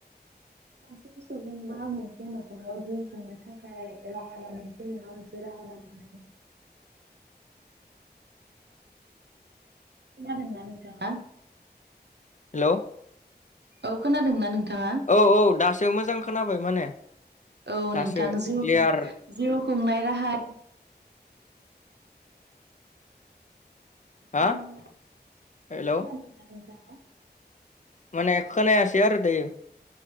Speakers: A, on the right; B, on the left.
A: सासे सुबुंबा मोनसे न'खराव जिउ खुंनो थाखाय राहा लामा जेनेबा मोनसे राहा लामा खोनादोंना नोंथाङा
B: हेल'
A: औ खोनादोंना नोंथाङा
B: औ औ दासो मोजां खोनाबाय माने
A: औ
B: दासो
A: नोंथां जिउ
B: क्लियार
A: जिउ खुंनाय राहा जोंनो
B: हा
A: खोनादोंना
B: हेलौ
A: नोंथाङा
B: माने खोनायासै आरो दायो